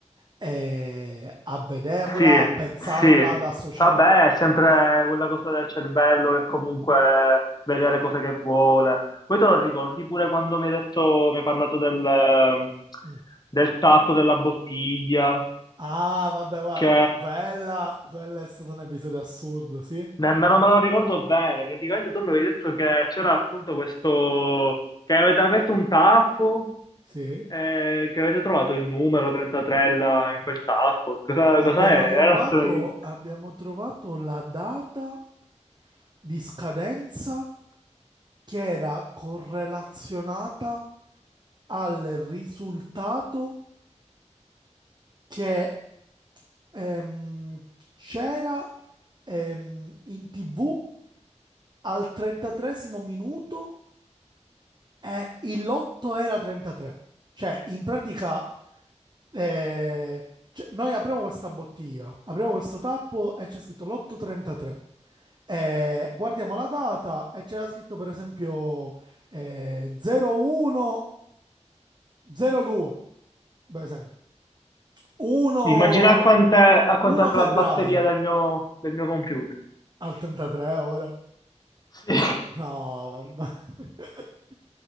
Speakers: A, on the right; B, on the left.
A: eh, a vederla,
B: Sì,
A: a pensarla,
B: sì.
A: ad associare
B: Vabbè,
A: qualcosa.
B: è sempre quella cosa del cervello che comunque vede le cose che vuole. Poi te lo ricordi pure quando mi hai detto, mi hai parlato del, ehm,
A: Mm.
B: del tappo della bottiglia,
A: Ah, vabbè, guarda,
B: che
A: que- quella, quello è stato un episodio assurdo, sì?
B: nemmeno me lo ricordo bene. Praticamente tu mi avevi detto che c'era appunto questo, che avete aperto un tappo,
A: Sì.
B: eh, che avete trovato il numero 33 là in quel tappo. Cosa,
A: Abbiamo
B: cos'è? Era
A: trovato,
B: stranissimo.
A: abbiamo trovato la data di scadenza che era correlazionata al risultato che ehm, c'era ehm, in TV al 33 minuto eh, il lotto era 33. Cioè, in pratica, eh, cioè, noi apriamo questa bottiglia, apriamo questo tappo e c'è scritto lotto 33. Eh, guardiamo la data e c'era scritto, per esempio, eh, 01 02, per esempio. 1,
B: Immagina quant'è, a quant'è
A: 1 febbraio
B: la batteria del mio, del mio computer.
A: al 33 ora.
B: Sì.
A: No, vabbè. <laughs>